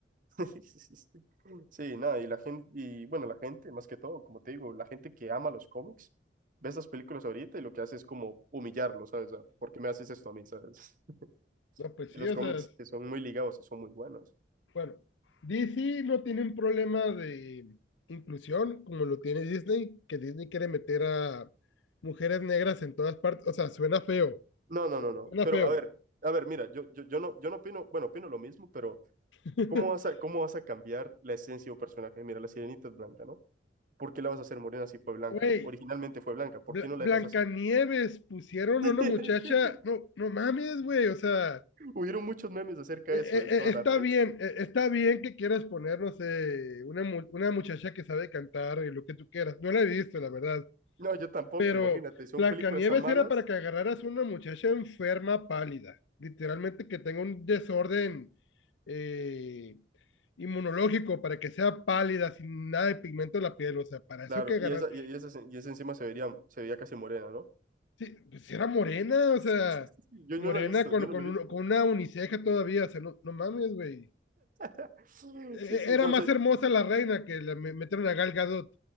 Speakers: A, on the right (about 45°); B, on the left (about 80°).
A: <laughs> sí, nada, y la gente, y bueno, la gente, más que todo, como te digo, la gente que ama los cómics, ve estas películas ahorita y lo que hace es como humillarlo, ¿sabes? Ah, ¿Por qué me haces esto a mí, ¿sabes? <laughs>
B: No, pues
A: Y
B: sí,
A: los
B: o
A: cómics
B: sea,
A: que son muy ligados y son muy buenos.
B: bueno, DC no tiene un problema de inclusión como lo tiene Disney, que Disney quiere meter a mujeres negras en todas partes. O sea, suena feo.
A: No, no,
B: su-
A: no, no.
B: Suena
A: Pero
B: feo.
A: a ver, a ver, mira, yo, yo, yo no, yo no opino, bueno, opino lo mismo, pero
B: <laughs>
A: ¿Cómo vas a, cómo vas a cambiar la esencia de un personaje? Mira, la sirenita es blanca, ¿no? ¿Por qué la vas a hacer morena si fue blanca?
B: Güey,
A: Originalmente fue blanca, ¿por
B: Bla-
A: qué no la
B: Blancanieves
A: dejas así?
B: pusieron
A: <laughs>
B: a una muchacha. No, no mames, güey, o sea.
A: Hubieron muchos memes acerca
B: Eh,
A: de
B: eh,
A: eso en todas
B: eh, está
A: las redes.
B: bien, eh, está bien que quieras poner, no sé, una, mu- una muchacha que sabe cantar y lo que tú quieras. No la he visto, la verdad.
A: No, yo tampoco,
B: Pero
A: imagínate, son
B: Blancanieves
A: películas tan malas,
B: era para que agarraras una muchacha enferma, pálida. Literalmente que tenga un desorden eh, inmunológico para que sea pálida, sin nada de pigmento en la piel. O sea, para eso
A: claro,
B: que agarrar.
A: y esa, y, y esa, y esa encima se vería, se veía casi morena, ¿no?
B: Sí, pues era morena, o
A: <laughs>
B: sea,
A: Yo
B: morena
A: no la he visto,
B: con,
A: yo no
B: con,
A: lo he
B: un-
A: visto.
B: con una uniceja todavía. O sea, no, no mames, güey.
A: <laughs> Sí,
B: eh,
A: sí,
B: era
A: no
B: más
A: sé,
B: hermosa la reina que la me- metieron a Gal Gadot.